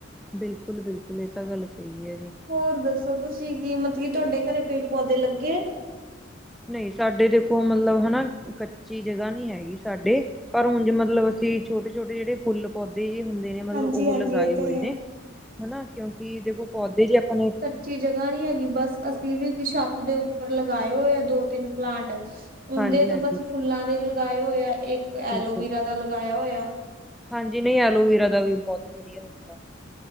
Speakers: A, in the centre; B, on the right.
A: ਬਿਲਕੁਲ ਬਿਲਕੁਲ ਇਹ ਤਾਂ ਗੱਲ ਸਹੀ ਹੈ ਜੀ।
B: ਹੋਰ ਦੱਸੋ ਤੁਸੀਂ ਕੀ ਮਤਲਬ ਕੀ ਤੁਹਾਡੇ ਘਰੇ ਪੇੜ ਪੌਦੇ ਲੱਗੇ?
A: ਨਹੀਂ ਸਾਡੇ ਦੇਖੋ ਮਤਲਬ ਹਨਾ ਕੱਚੀ ਜਗ੍ਹਾ ਨਹੀਂ ਹੈਗੀ ਸਾਡੇ। ਪਰ ਹੁਣ ਜੇ ਮਤਲਬ ਅਸੀਂ ਛੋਟੇ ਛੋਟੇ ਜਿਹੜੇ ਫੁੱਲ ਪੌਦੇ ਜੇ ਹੁੰਦੇ ਨੇ ਮਤਲਬ
B: ਹਾਂਜੀ
A: ਉਹ
B: ਹਾਂਜੀ
A: ਲਗਾਏ
B: ਇਹ ਤੇ
A: ਹੋਏ
B: ਹੈ।
A: ਨੇ ਹਨਾ ਕਿਉਂਕਿ ਦੇਖੋ ਪੌਦੇ ਜੇ ਆਪਣੇ
B: ਉੱਚੀ ਜਗਾ ਨੀ ਹੈਗੀ ਬਸ ਅਸੀਂ ਵੀ ਛੱਤ ਦੇ ਉੱਪਰ ਲਗਾਏ ਹੋਏ ਆ ਦੋ ਤਿੰਨ ਪਲਾਂਟ। ਉਹਦੇ
A: ਹਾਂਜੀ
B: ਤੋਂ
A: ਹਾਂਜੀ
B: ਬਸ ਫੁੱਲਾਂ ਦੇ ਲਗਾਏ ਹੋਏ ਆ ਇੱਕ
A: ਬਿਲਕੁਲ
B: ਐਲੋਵੀਰਾ ਦਾ ਲਗਾਇਆ ਹੋਇਆ।
A: ਹਾਂਜੀ ਨਹੀਂ ਐਲੋਵੇਰਾ ਦਾ ਵੀ ਬਹੁਤ ਵਧੀਆ ਹੁੰਦਾ।